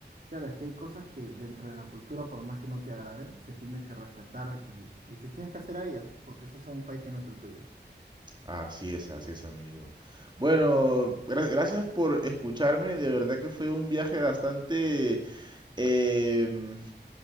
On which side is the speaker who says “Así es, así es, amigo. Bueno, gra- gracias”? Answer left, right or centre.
Right